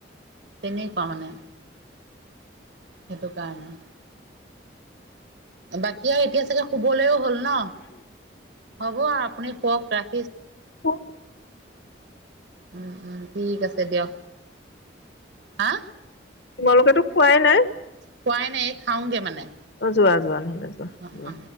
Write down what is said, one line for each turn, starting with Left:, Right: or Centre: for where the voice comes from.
Right: তেনেকুৱা মানে সেইটো কাৰণে বাকী আৰু এতিয়া চাগে শুবলৈও হ'ল ন, হ'ব আৰু আপুনি শুৱক ৰাখ
Left: উ,
Right: উম উম ঠিক আছে দিয় হা
Left: তোমালোকেতো খোৱাই নাই
Right: খোৱাই নাই খাওঁগে মানে
Left: অ 'যোৱা যোৱা নহ'লে যোৱা
Right: অ',
Left: যোৱা
Right: অ',